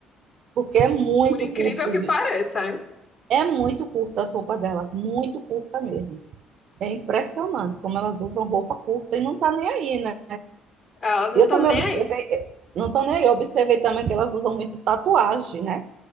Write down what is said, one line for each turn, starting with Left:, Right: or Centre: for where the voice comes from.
Right: Porque é muito
Left: Por incrível
Right: curto,
Left: que
Right: os-
Left: pareça, hein?
Right: é muito curta as roupas dela, muito curta mesmo. É impressionante como elas usam roupa curta e não tá nem aí, né?
Left: Elas não
Right: Eu
Left: estão
Right: também
Left: nem
Right: observei,
Left: aí.
Right: eh, não estou nem eu observei também que elas usam muito tatuagem, né?